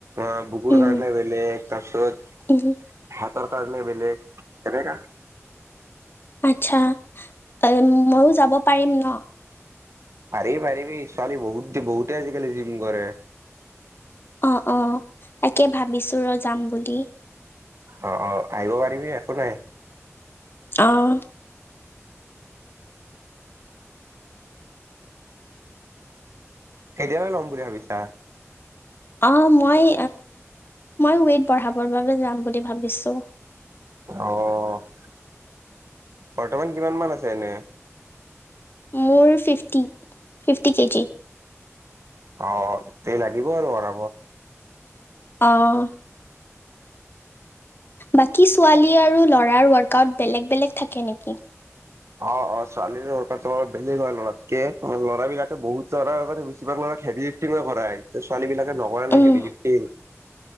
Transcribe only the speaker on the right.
অ' বুকুৰ
কনে বেলেগ তাৰপিছত
তৰকাৰনে বেলেগ, এনেকা।
পাৰিব পাৰিবি, ছোৱালী বহুত বহুতে আজিকালি জিম কৰে।
অ' অ' আহিব পাৰিবি একো নাই।
কেতিয়ালৈ ল'ম বুলি ভাবিছা?
আহ, বৰ্তমান কিমান মান আছে এনে?
অ' তেই লাগিব আৰু বঢ়াব।
অ' অ' ছোৱালী সৰ অলপ বেলেগ হয় লৰাতকে আমাৰ লৰা বিলাকে বহুত লৰাে বেছিভাগ ল হেভি লিফটিঙ কৰাই, ছোৱালী বিলাকে নকৰে নাই
হেভি লিফটিং।